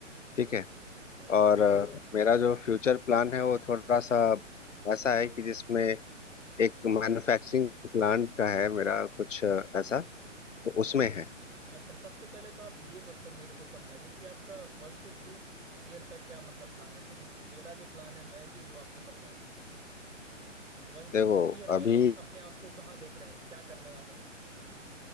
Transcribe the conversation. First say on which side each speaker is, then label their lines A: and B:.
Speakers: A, on the left; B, on the right.
A: ठीक
B: ओके
A: है
B: हाँ जी
A: और अ, मेरा जो फ्यूचर प्लान है वो थोड़ा सा ऐसा है कि जिसमें एक मैन्युफैक्चरिंग प्लांट का है मेरा कुछ अ, ऐसा तो उसमें
B: ओके
A: है
B: अच्छा सबसे पहले तो आप ये मतलब मेरे को समझाइए कि आपका वन से टू ईयर का क्या मतलब प्लान है फिर मेरा जो प्लान है मैं भी वो आपको समझाऊंगा वन से
A: देखो
B: टू ईयर में
A: अभी
B: आप अपने आप को कहाँ देख रहे हैं क्या करने वाले हैं